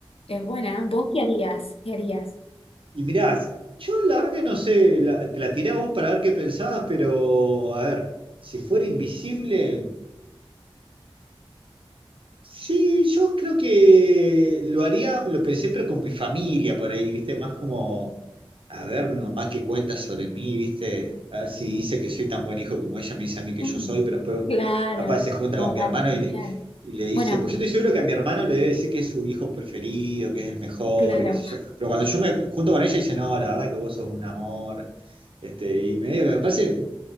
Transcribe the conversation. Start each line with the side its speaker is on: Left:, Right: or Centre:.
Left: Es buena. ¿eh? ¿Vos qué harías? ¿Qué harías? <laughs>
Right: Y mirás, yo la verdad que no sé, la- te la tiré a vos para ver qué pensabas, pero a ver, si fuera invisible. Sí, yo creo que lo haría, lo pensé, pero con mi familia por ahí, ¿viste? Más como, a ver, mi mamá qué cuenta sobre mí, ¿viste? A ver si dice que soy tan buen hijo como ella me dice a mí que
Left: Mm,
Right: yo soy, pero después
Left: Claro,
Right: capaz se junta
Left: como
Right: con mi
Left: para
Right: hermano
Left: escuchar.
Right: y le, y le dice,
Left: Bueno,
Right: pues yo estoy seguro que a mi hermano le debe decir que es su hijo preferido, que es el mejor,
Left: claro,
Right: y qué sé yo. Pero cuando yo me junto con ella dice, no, la verdad que vos sos un amor, este, y me digo que me parece...